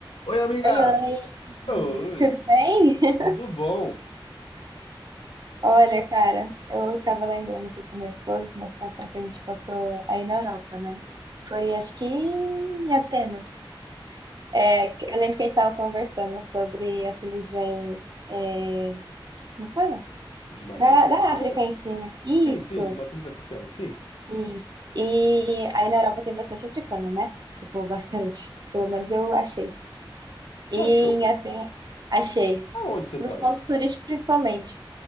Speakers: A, on the left; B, on the right.
A: Oi, amiga!
B: Oi, oi,
A: Oi,
B: tudo bem? <laughs>
A: tudo bom?
B: Olha, cara, eu tava lembrando aqui com meu esposo de uma situação que a gente passou aí na Europa, né? Foi, acho que em Atenas. É, que- eu lembro que a gente tava conversando sobre as religiões, é, como fala?
A: De matriz
B: Da,
A: africana?
B: da África em si, né? Isso,
A: Sim, sim, de matriz africana, sim.
B: isso. E aí na Europa tem bastante africano, né? Tipo, bastante. Pelo menos eu achei.
A: Você
B: E em
A: achou?
B: Atenas, achei.
A: Aonde você
B: Nos
A: tava?
B: pontos turísticos, principalmente.